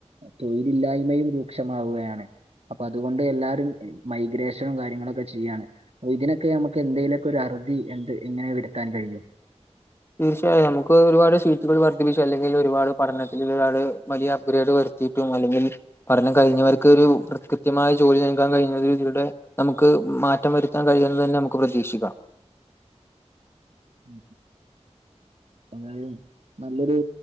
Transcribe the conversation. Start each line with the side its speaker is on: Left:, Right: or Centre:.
Right: തൊഴിലില്ലായ്മയും രൂക്ഷമാവുകയാണ്. അപ്പൊ അതുകൊണ്ട് എല്ലാരും മൈഗ്രേഷനും കാര്യങ്ങളൊക്കെ ചെയ്യാണ്. ഇതിനൊക്കെ നമുക്ക് എന്തേലുമൊക്കെ ഒരു അറുതി എന്ത് എങ്ങനെ വരുത്താൻ കഴിയും.
Left: തീർച്ചയായും നമുക്ക് ഒരുപാട് സീറ്റുകൾ വർദ്ധിപ്പിച്ചു അല്ലെങ്കിൽ ഒരുപാട് പഠനത്തിൽ ഒരുപാട് വലിയ അപ്ഗ്രേഡ് വരു. ട്ടും അല്ലെങ്കിൽ പഠനം കഴിഞ്ഞവർക്ക് ഒരു കൃത്യമായ ജോലി നൽകാൻ കഴിഞ്ഞ ഇതി വരുടെ. നമുക്ക് മാറ്റം വരുത്താൻ കഴിയുമെന്നു തന്നെ നമുക്ക് പ്രതീക്ഷിക്കാം.
Right: <unintelligible> എന്തായാലും നല്ലൊരു